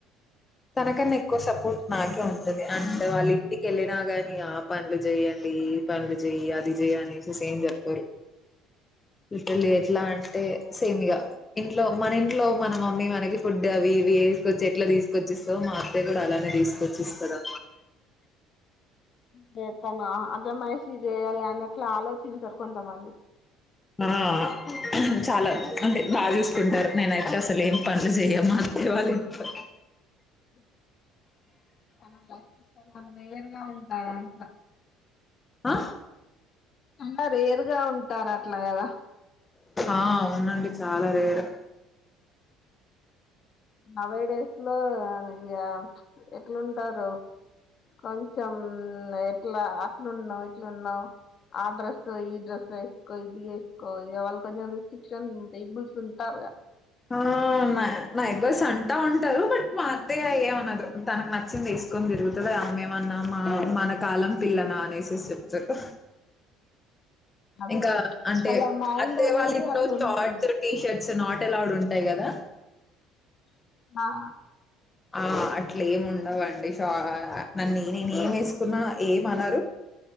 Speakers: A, on the left; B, on the left.
A: తనకన్నా ఎక్కువ సపోర్ట్ నాకే ఉంటుంది ఓకే అనుకోవాలి ఏంటి కెళ్ళినా గాని ఆ పనులు చెయ్యండి ఈ పనులు చెయ్యి అది చెయ్యి అనేసి ఏం చెప్పరు ఇటలీ ఎట్లా అంటే సేమ్ ఇగ ఇంట్లో మన ఇంట్లో మన మమ్మీ మనకి ఫుడ్ అవి ఇవి వేసుకొచ్చి ఎట్లా తీసుకొచ్చి ఇస్తాదో మా అత్తయ్య కూడా అలానే తీసుకొచ్చి ఇస్తారా
B: మ్ తను ఆ అజమైషి చేయాలా అన్నట్లు ఆలోచించరు కొంతమంది
A: మ్మా అ చాలా అంటే బాగా చూసుకుంటారు నేనైతే అసలు ఏం పనులు చేయ మా అత్త వాళ్ళ ఇంట్లో
B: అ తన లైఫ్ లో వేరుగా ఉంటారంట
A: హా
B: ఉండరు వేరుగా ఉంటారు అట్లాగదా
A: ఆ అవునండి చాలా రేరు
B: నన్ను కూడా చూస్తున్నావ్ గా ఇగ ఎట్లుంటారో కొంచెం ఎట్లా అట్లున్నావు ఇట్లున్నావు ఆ డ్రెస్ ఈ డ్రెస్ వేసుకో ఇది వేసుకో ఇగ వాళ్లు కొద్దిగా రిస్ట్రిక్షన్ పీపుల్స్ ఉంటారుగా
A: ఆ నానైట్ డ్రెస్ అంటా ఉంటవ్ బట్ మా అత్తయ్య ఏమనదు తనకు నచ్చింది ఏసు కొని తిరుగుతదా ఆమెమన్నా మా మన కాలం పిల్లనా అనేసి చెప్తరు
B: అదే
A: ఇంకా అంటే
B: వాళ్ళ మైండ్
A: అత్తయ్య
B: అనేది
A: వాళ్ళ ఇంట్లో
B: అట్లా
A: షార్ట్స్
B: ఉంటుంది
A: టీషర్ట్స్ నాట్ ఎలోడ్ ఉంటాయి కదా
B: ఆ
A: ఆ అట్ల ఏమి ఉండవండి సొ నేను ఏం వేసుకున్నా ఏమనరు